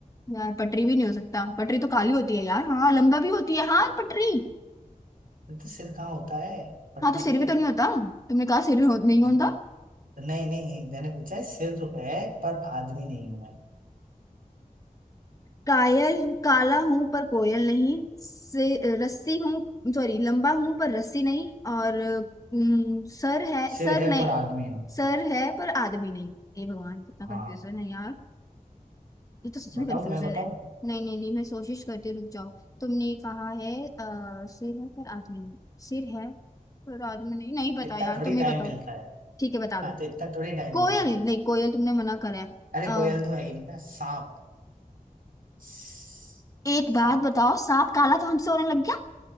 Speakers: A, on the left; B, on the right.
A: यार पटरी भी नहीं हो सकता पटरी तो काली होती है यार हाँ लंबा भी होती है हाँ पटरी
B: है। तो सिर कहाँ होता है पटरी
A: हाँ तो सिर
B: के
A: भी तो नहीं होता तुमने कहा सिर हो, नहीं
B: आप
A: होता
B: नहीं नहीं मैंने पूछा है सिर जो है पर आदमी नहीं हूं मैं
A: कायल काला हूं पर कोयल नहीं से रस्सी हूं सॉरी लंबा हूं पर रस्सी नहीं और अम, सर है
B: सिर
A: सर
B: है
A: नहीं
B: पर आदमी हूँ
A: सर है पर आदमी नहीं हे भगवान कितना
B: हाँ
A: कंफ्यूजन है यार ये तो सच
B: बताऊं
A: में कंफ्यूजन
B: मैं बताऊं
A: है नहीं नहीं नहीं मैं कोशिश करती हूँ, रुक जाओ तुमने कहा है अ, सिर है पर आदमी नहीं सिर है पर आदमी नहीं नहीं पता
B: इतना
A: यार
B: थोड़ी
A: तुम ही
B: टाइम
A: बताओ
B: मिलता है
A: ठीक है बता दो
B: हाँ तो इतना थोड़ी टाइम
A: कोयल
B: मिलता है
A: नहीं कोयल तुमने मना करा है
B: अरे
A: अ,
B: कोयल तो है ही नहीं ना सांप स-
A: एक बात
B: सांप
A: बताओ सांप काला तो हमसे होने लग गया